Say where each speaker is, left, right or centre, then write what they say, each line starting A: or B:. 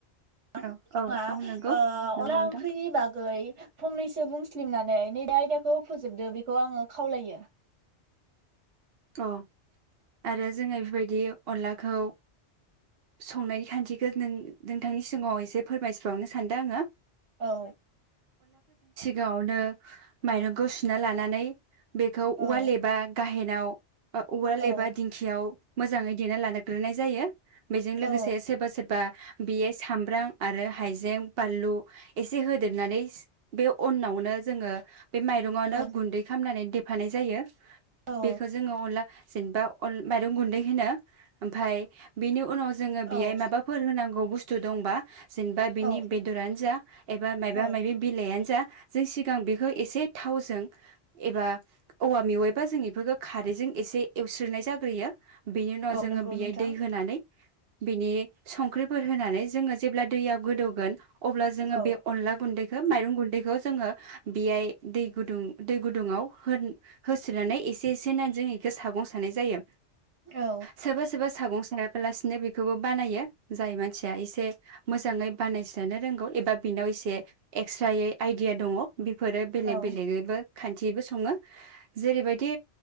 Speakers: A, on the right; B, on the right.
A: <unintelligible> ओ
B: औ औ
A: अनला
B: औ नंगौ नंगौ नोंथां
A: ओंख्रैनि बागै फंनैसो बुं स्लिमनानै नै दा आयदाखौ फोजोबदो बेखौ आङो खावलायो
B: अ आरो जोङो इफोरबायदि अनलाखौ संनायनि खान्थिखो नों नोंथांनि सिगाङाव एसे फोरमायसिबावनो सानदों आङो
A: औ।
B: गाङावनो माइरंखौ सुना लानानै बेखौ औवा
A: औ
B: लेबा गाहेनाव उवाल एबा
A: औ
B: दिंखियाव मोजाङै दे लादों ग्रोनाय जायो बेजों लोगोसे
A: औ
B: सोरबा सोरबा बेयो सामब्राम आरो हायजें बानलु एसे होदेरनानै बेव उनावनो जोङो बे माइरंआवनो
A: औ
B: गुन्दै खालामामनानै देफानाय जायो
A: औ
B: बेखौ जोङो अनला <unintelligible> मायरं गुन्दै होनो ओमफाय बिनि उनाव जोङो बेहाय
A: औ
B: माबाफोर होनांगौ बुस बुस्थु दंबा जेनबा बिनि
A: औ
B: बेदरानो जा एबा माबबा
A: औ
B: मायबि बिलाइआनो जा जों सिगां बेखो एसे थावजों एबा औवा मेवायबा जों इफोरखौ खारैजों एसे एवस्रोनाय जाग्रोयो बेनि उनाव
A: औ
B: जोङो
A: नंगौ
B: बेयाय
A: नोंथां
B: दै होनानै बिनि संख्रिफोर होनानै जोङो जेब्ला दैयाव गोदौगोन अब्ला जोङो
A: औ
B: बे अनला गुन्दै माइरं गुैन्दैखौ जोङो बेयाय दै गुदुं दै गुदुङाव होन होस्रोनानै ए एसे <unintelligible> जों इखो सागं सानाय जायो।
A: औ
B: सोरबा सोरबा सागं सिनाबालासिनो बेखौबो बानायो जाय मानसिया एसे मोजाङै बानायसोनो रोंगौ एबा बेनाव एसे एक्सट्रायै आइदिया दङ बेफोरो बेलेग
A: औ
B: बेलेगैबो खान्थियैबो सङो। जेरैबायदि